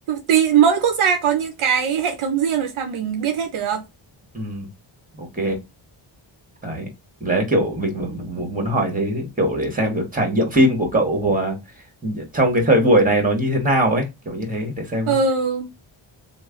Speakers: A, on the right; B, on the right.
A: tùy mỗi quốc gia có những cái hệ thống riêng rồi sao mình biết hết được.
B: ừ ok đấy lẽ kiểu mình mu- muốn muốn hỏi thế kiểu để xem kiểu trải nghiệm phim của cậu à, trong cái thời buổi này nó như thế nào ấy kiểu như thế để xem
A: Ừ.